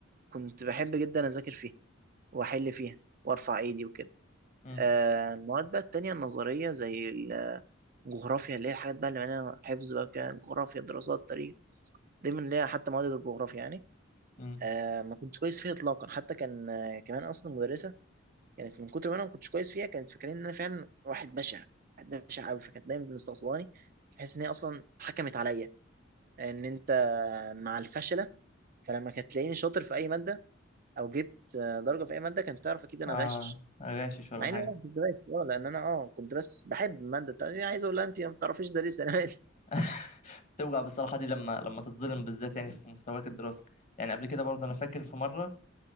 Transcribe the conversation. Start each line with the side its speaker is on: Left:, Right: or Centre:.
Right: كنت بحب جدا اذاكر فيها واحل فيها وارفع ايدي وكده
Left: امم
Right: آه، المواد بقى التانية النظرية زي الجغرافيا اللي هي الحاجات بقى اللي معناها حفظ بقى كده جغرافيا دراسات تاريخ دايما ليها حتى مواد الجغرافيا يعني
Left: امم
Right: آه ما كنتش كويس فيها إطلاقا حتى كان آه، كمان أصلا المدرسة كانت من كتر ما أنا ما كنتش كويس فيها كانت فاكرين إن أنا فعلا واحد بشع واحد بشع أوي فكانت دايما مستقصداني بحيث إن هي أصلا حكمت عليا إن أنت مع الفشلة فلما كانت تلاقيني شاطر في أي مادة أو جبت آه، درجة في أي مادة كانت تعرف أكيد أنا
Left: اه
Right: غاشش
Left: غاشش ولا
Right: مع اني
Left: حاجه
Right: ما كنت دارس اه لان انا اه كنت بس بحب الماده بتاعتي يعني عايز اقول لها انت ما بتعرفيش تدرسي <laughs> انا مالي
Left: <laughs> توجع بصراحة دي لما لما تتظلم بالذات يعني في مستواك الدراسي يعني قبل كده برضه أنا فاكر في مرة